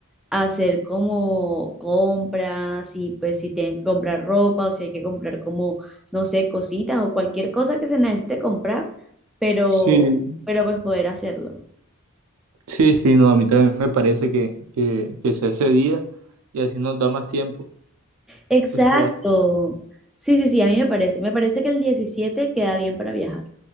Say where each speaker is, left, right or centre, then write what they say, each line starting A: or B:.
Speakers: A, in the centre; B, on the right.
A: hacer como compras y pues si tienen que comprar ropa o si hay que comprar como, no sé, cositas o cualquier cosa que se necesite comprar, pero,
B: Sí,
A: pero pues poder hacerlo.
B: sí, sí, no, a mí también me parece que, que, que sea ese día y así nos da más tiempo.
A: Exacto.
B: O sea,
A: Sí, sí, sí, a mí me parece. Me parece que el 17 queda bien para viajar.